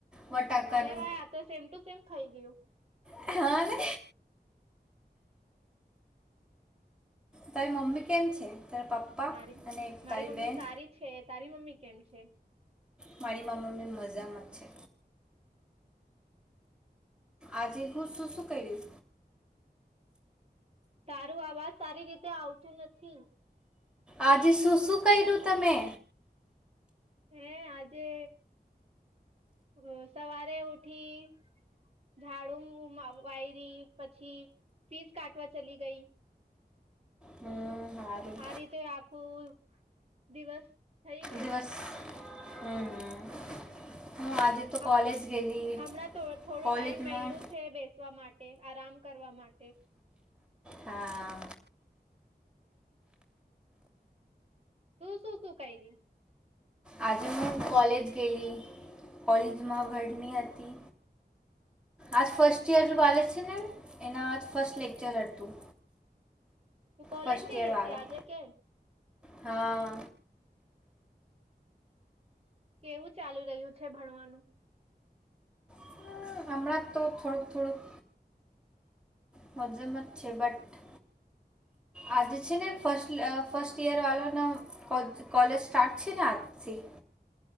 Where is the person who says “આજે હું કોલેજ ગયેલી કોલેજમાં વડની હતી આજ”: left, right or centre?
Centre